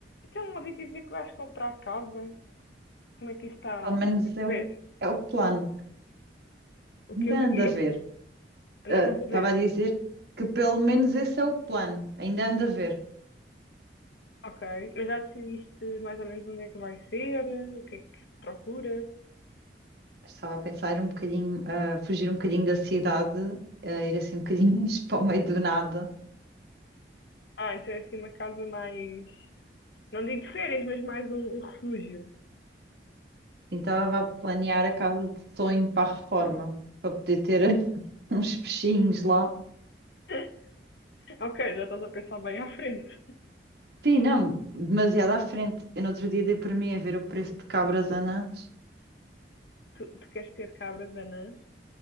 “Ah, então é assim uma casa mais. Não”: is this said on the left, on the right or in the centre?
Left